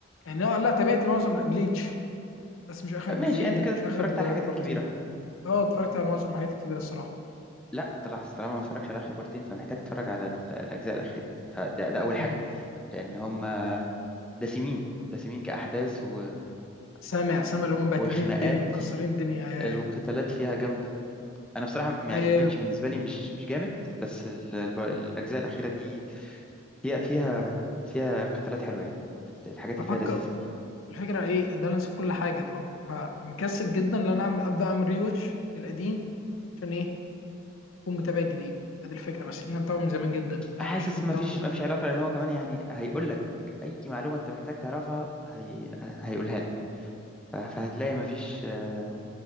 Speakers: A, on the left; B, in the centre.
A: يعني لا لا تابعت معظم بليتش بس مش اخر
B: ماشي
A: جزئين
B: انت كده
A: مش اخر
B: اتفرجت
A: ب-
B: على الحاجات
A: بارتين
B: الكبيرة
A: اه اتفرجت على معظم الحاجات الكبيره الصراحه
B: لا طلع طالما ما اتفرجش على اخر بارتين فمحتاج تتفرج على ال- الاجزاء الاخيرة فده ده اول حاجة
A: مم.
B: لان هم دسمين دسمين كأحداث و...
A: سامع سامع اللي هم مبهدلين
B: وخناقات
A: الدنيا مكسرين الدنيا هي-
B: القتالات فيها جامدة أنا بصراحة م-
A: هي-
B: يعني بليتش بالنسبة لي مش مش جامد بس ال... الب- الأجزاء الأخيرة دي هي فيها فيها قتالات حلوة يعني ال- الحاجات اللي
A: بفكر
B: فيها لذيذة
A: الفكره ايه ان انا نسيت كل حاجه ف- فمكسل جدا ان انا أعمل- ابدا اعمل ريوتش للقديم عشان ايه اكون متابع جديد فدي الفكره بس ان انا متابع من زمان جدا انا
B: حاسس
A: مش فاكر متابع
B: ما فيش
A: من زمان
B: ما فيش علاقة لأن هو كمان يعني هيقول لك أي معلومة أنت محتاج تعرفها هي... هيقولها لك ف- فهتلاقي ما فيش آه،